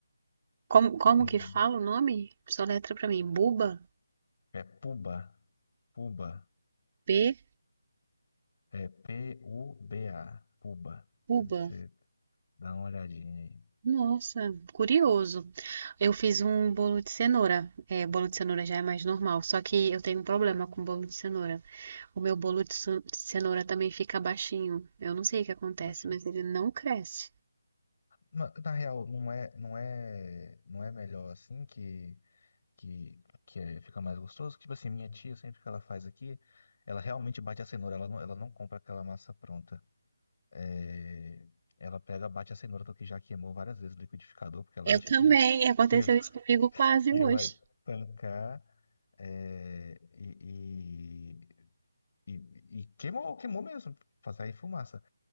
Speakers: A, on the right (about 35°); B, on the left (about 45°).
A: Como, como
B: Hum.
A: que fala o nome? Soletra pra mim. Buba?
B: É puba. Puba.
A: B?
B: É P-U-B-A. Puba.
A: Buba.
B: Você dá uma olhadinha aí.
A: Nossa, curioso. Eu fiz um bolo de cenoura. É, bolo de cenoura já é mais normal, só que eu tenho um problema com bolo de cenoura. O meu bolo de ce- de cenoura também fica baixinho. Eu não sei o que acontece,
B: Baixa.
A: mas ele não cresce.
B: Ma- Na real, não é, não é, não é melhor assim que que, que é- fica mais gostoso. Tipo assim, minha tia sempre que ela faz aqui, ela realmente bate a cenoura. Ela não, ela não compra aquela massa pronta. É, ela pega, bate a cenoura porque já queimou várias vezes o liquidificador porque ela
A: Eu
B: acha
A: também,
B: que
A: aconteceu
B: que, <laughs>
A: isso comigo quase
B: que
A: hoje.
B: vai tancar. É, e, E, e queimou, queimou mesmo, pra sair fumaça.